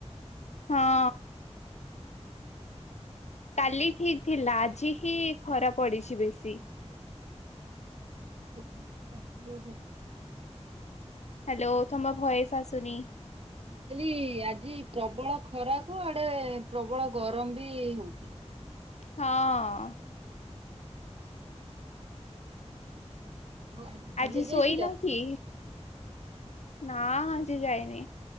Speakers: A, on the left; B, on the right.
A: ହଁ କାଲି ଠିକ ଥିଲା ଆଜି ହିଁ ଖରା ପଡିଛି ବେଶୀ।
B: ହଁ ହ ପ୍ରବଳ ଗରମ ହୋଉଛି।
A: ହ୍ୟାଲୋ ତମ ଭଏସ ଆସୁନି।
B: ହ <inaudible> ମୁଁ କହିଲି ଆଜି ପ୍ରବଳ ଖରାକୁ ଆଡେ ପ୍ରବଳ ଗରମ ବି ହଉଛି।
A: ହଁ
B: ଆଉ କଲେଜ୍
A: ଆଜି ଶୋଇ
B: ଯାଇଥିଲ?
A: ନ କି? ନା ଆଜି ଯାଇନି